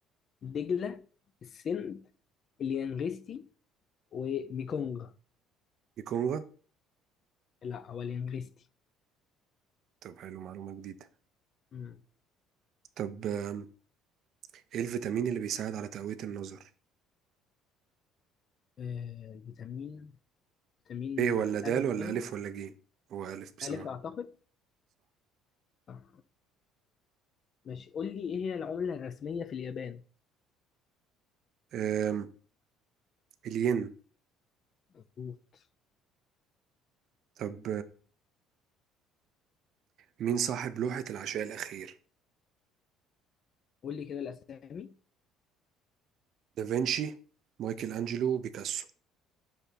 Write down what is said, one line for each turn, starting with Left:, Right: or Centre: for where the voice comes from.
Left: دجلة السند اليانغستي وميكونغ
Right: الكونغو
Left: لا هو اليانغستي
Right: طب حلو معلومة جديدة
Left: مم.
Right: طب آم، إيه الفيتامين اللي بيساعد على تقوية النظر
Left: آه الفيتامين فيتامين
Right: ب ولا
Left: ألف
Right: د ولا
Left: باين
Right: ألف ولا ج هو ألف بصراحة
Left: ألف أعتقد صح ماشي قول لي إيه هي العملة الرسمية في اليابان
Right: أم، الين
Left: مظبوط
Right: طب مين صاحب لوحة العشاء الأخير؟
Left: قول لي كده الأسامي
Right: دافنشي، مايكل أنجلو، بيكاسو